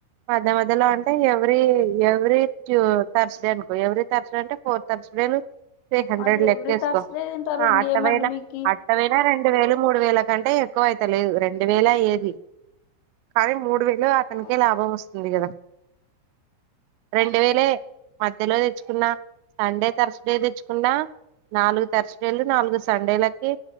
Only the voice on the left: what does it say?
మళ్ళీ
ఎవ్రీ థర్స్డే తింటారు ఇంకేమండి
మీకి
అవునా